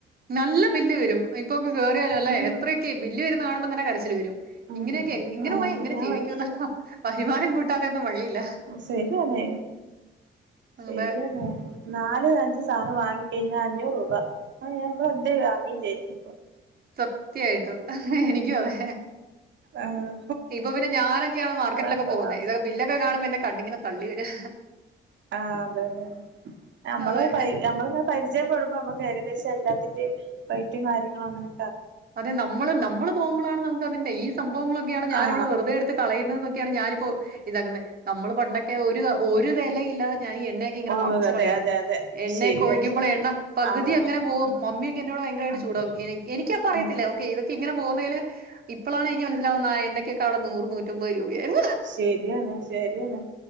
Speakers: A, on the right; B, on the right.
A: നല്ല ബില്ല് വരും ഇപ്പൊക്കെ കേറിയാലല്ലേ
B: ഉം
A: എത്രയൊക്കെ ബില്ല് വരുന്ന കാണുമ്പോ തന്നെ കരച്ചില് വരും
B: ഉം
A: ഇങ്ങനെയൊക്കെ ഇങ്ങനെ
B: ആഹ്
A: പോയാ
B: അപ്പൊ
A: എങ്ങനെ
B: ഞാൻ
A: ജീവിക്കുന്ന
B: പറയാ
A: വരുമാനം കൂട്ടാതെ ഒന്നും വഴിയില്ല
B: ശരിയാന്നേ ശരിയാന്നെ
A: അതെ
B: നാല് അഞ്ച് സാധനായി കഴിഞ്ഞ അഞ്ഞൂറ് രൂപ അഹ് ഞാ വെർതെ വാങ്ങി ചെയ്തു
A: സത്യായിട്ടു എനിക്കുഅവെ
B: ആഹ്
A: ഇപ്പൊ പിന്നെ ഞാനൊക്കെയാണ് മാർക്കറ്റിലൊക്കെ
B: അതാണിപ്പത്തെ
A: പോവുന്നെ.
B: അവസ്ഥ
A: ഇതൊക്കെ ബില്ലൊക്കെ കാണുമ്പോ എന്നെ കണ്ണിങ്ങനെ തള്ളി വര്അ
B: ആ അതെതെ ഞമ്മൾ
A: അതെ
B: ഞമ്മൾ ഇങ്ങനെ പരിചയ പെടുമ്പോ അമ്മക്ക് ഏകദേശം എല്ലാത്തിന്റെയും റൈറ്റും കാര്യങ്ങളും അങ്ങനെ
A: അതെ നമ്മൾ നമ്മളൾ പോവുമ്പളാണ് നമുക്ക് അതിന്റെ ഈ സംഭവങ്ങളൊക്കെയാണ് ഞാനവിടെ
B: ആഹ്
A: വെറുതെ എടുത്ത് കളയു ന്നത് ഒക്കെയാണ് ഞാനിപ്പോ ഇതങ്ങനെ നമ്മൾ പണ്ടൊക്കെ ഒ രു ഒര് വെലെയില്ലാതെ ഞാനി എണ്ണയൊക്കെ ഇങ്ങനെ
B: ഓ
A: മറച്ച്
B: അതെ
A: കളയായിരുന്നു
B: അതെ അതെ
A: എണ്ണയൊക്കെ
B: ശരിയാണ്
A: ഒഴിക്കുമ്പളെ എണ്ണ പകുതി
B: ആഹ്
A: അങ്ങനെ പോവും
B: ആഹ്
A: മമ്മിയൊക്കെ എന്നോട് ഭയരമായിട്ട്
B: ആഹ്
A: ചൂടാവും എനി എനിക്ക അറിയത്തില്ല
B: ഓ
A: ഒക്കെ ഇത് ത്ത് ഇങ്ങനെ പോവുന്നെയിൽ ഇപ്പളാണ് എനിക്ക് മനസ്സിലാവുന്നെ ആ എണ്ണക്കൊക്കെ അവിടെ നൂറ് നൂറ്റമ്പത് രൂപയായിരുന്നു
B: ശരിയാണ് ശരിയാണ്